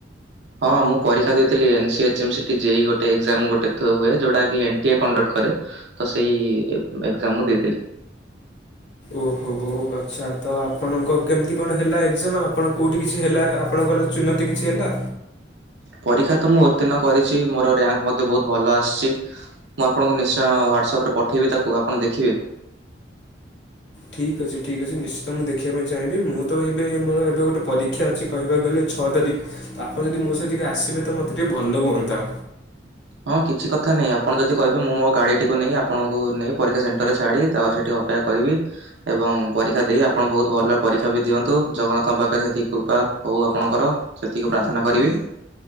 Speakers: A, on the right; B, on the left.
A: ହଁ ମୁଁ ପରୀକ୍ଷା ଦେଇଥିଲି ଏନ୍ସି ଏଚଏମ୍ ସିଟି ଜେଇ ଗୋଟେ ଏକ୍ଜାମ ଗୋଟେ ଥୋ ହୁଏ ଯଉଟାକି <unintelligible> କରେ। ତ ସେଇ ଏ ଏକ୍ଜାମ ମୁଁ ଦେଇଥିଲି।
B: ଓହୋ ଆଚ୍ଛା ତ ଆପଣଙ୍କ କେମିତି କଣ ହେଲା ଏକ୍ଜାମ୍ ଆପଣ କୋଉଠି କିଛି ହେଲା? ଆପଣଙ୍କର ଚୁହ୍ନତି କିଛି ହେଲା?
A: ପରୀକ୍ଷା ରେ ତ ମୁଁ ଉତ୍ତୀର୍ଣ୍ଣ କରିଛି ମୋର ର୍ୟାଙ୍କ ମଧ୍ୟ ବହୁତ ଭଲ ଆସିଛି। ମୁଁ ଆପଣଙ୍କୁ ନିଶ୍ଚୟ ହ୍ୱାଟ୍ସଆପରେ ପଠାଇବି ତାକୁ ଆପଣ ଦେଖିବେ।
B: ଠିକ୍ ଅଛି ଠିକ୍ ଅଛି ନିଶ୍ଚିତ ମୁଁ ଦେଖିବା ପାଇଁ ଚାହିଁବି ମୁଁ ତ ଏବେ ମୋ ଏବେ ଗୋଟେ ପରୀକ୍ଷା ଅଛି କହିବାକୁ ଗଲେ ଛଅ ତାରିଖ ତ ଆପଣ ଯଦି ମୋ ସହିତ ଟିକେ ଆସିବେ ତ ମୋତେ ଟିକେ ଭଲ ହୁଅନ୍ତା।
A: ହଁ କିଛି କଥା ନାହିଁ ଆପଣ ଯଦି କହିବେ ମୁଁ ମୋ ଗାଡ଼ି ଟିକୁ ନେଇ ଆପଣଙ୍କୁ ନେଇ ପରୀକ୍ଷା ସେଣ୍ଟର ରେ ଛାଡ଼ି ତା ସେଠି ଅପେକ୍ଷା କରିବି ଏବଂ ପରୀକ୍ଷା ଦେଇ ଆପଣ ବହୁତ ଭଲ ପରୀକ୍ଷା ବି ଦିଅନ୍ତୁ ଜଗନ୍ନାଥଙ୍କ ପାଖରେ ସେତିକି କୃପା ହଉ ଆପଣଙ୍କର ସେତିକି ପ୍ରାର୍ଥନା କରିବି।